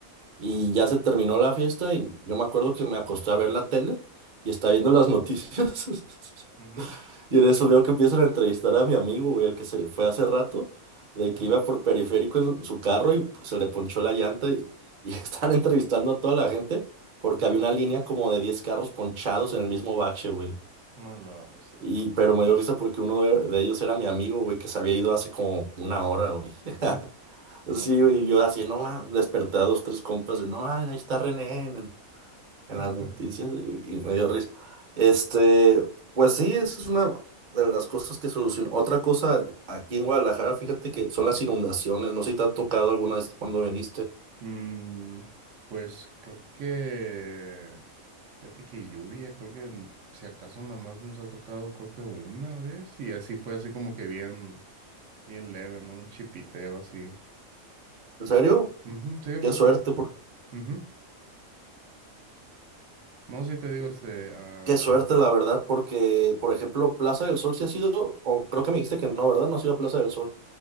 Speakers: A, on the right (about 40°); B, on the right (about 65°).
A: Y
B: ajá,
A: ya se terminó la fiesta y yo me acuerdo que me acosté a ver la tele y estaba viendo las noticias. <laughs>
B: ujú,
A: Y en eso veo que empiezan a entrevistar a mi amigo, güey, el que se fue hace rato, de
B: ajá,
A: que iba por periférico en su carro y pues, se le ponchó la llanta y, y <laughs> están entrevistando a toda la gente porque
B: ujú.
A: había una línea como de 10 carros ponchados en el mismo bache, güey.
B: No la bestia.
A: Y, pero me dio risa porque uno de, de ellos era mi amigo, güey, que se había ido hace como una hora, güey. <laughs>
B: Ah, no
A: Sí,
B: manches.
A: güey, yo así, no, ma, desperté a dos, tres compas de, no, ah, ahí está René, en las
B: <laughs>
A: noticias y, y me dio risa. Este, pues sí, esa es una de las cosas que soluciona. Otra cosa, aquí en Guadalajara, fíjate que son las inundaciones. No sé si te han tocado alguna vez cuando viniste.
B: Mm, pues creo que. Fíjate que lluvia, creo que en- si acaso nada más nos ha tocado, creo que una vez. Y así fue así como que bien, bien leve, ¿no? Un chipiteo así.
A: ¿En serio?
B: Ujú, sí,
A: Qué
B: pues
A: suerte,
B: por.
A: por...
B: ujú. No, sí te digo, este. ah,
A: qué suerte, la verdad, porque, por ejemplo, Plaza del Sol sí ha sido, o creo que me dijiste que no, ¿verdad? No ha sido Plaza del Sol.